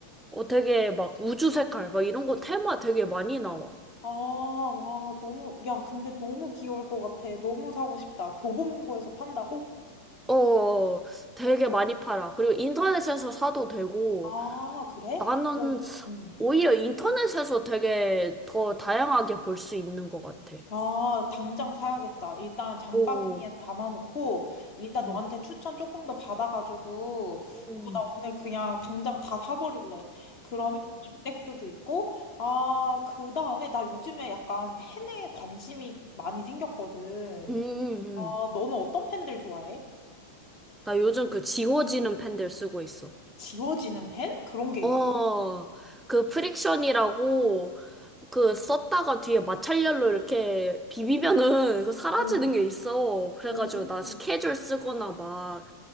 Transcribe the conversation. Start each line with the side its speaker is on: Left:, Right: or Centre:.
Centre: 어 되게 막 우주 색깔 막 이런 거 테마 되게 많이 나와.
Left: 와, 너무, 야, 근데 너무 귀여울 것 같아. 너무 사고 싶다. 교보문고에서 판다고?
Centre: 어, 어, 되게 많이 팔아. 그리고 인터넷에서 사도 되고
Left: 아, 그래?
Centre: 나는
Left: 어, 응.
Centre: 오히려 인터넷에서 되게 더 다양하게 볼 수 있는 것 같아.
Left: 아, 당장 사야겠다. 일단 장바구니에
Centre: 오.
Left: 담아놓고, 일단
Centre: 음.
Left: 너한테 추천 조금 더 받아가지고,
Centre: 음.
Left: 어, 나 오늘 그냥 당장 다 사버릴래. 그러면 인덱스도 있고, 아, 그 다음에 나 요즘에 약간 팬에 관심이 많이 생겼거든.
Centre: 음, 음.
Left: 아,
Centre: 음.
Left: 너는 어떤 팬들 좋아해?
Centre: 나 요즘 그 지워지는 펜들 쓰고 있어.
Left: 지워지는 팬? 그런 게
Centre: 어,
Left: 있어?
Centre: 그 프릭션이라고 그 썼다가 뒤에 마찰열로 이렇게 비비면은 그 사라지는
Left: 오,
Centre: 게 있어. 그래가지고
Left: 오.
Centre: 나 스케줄 쓰거나 막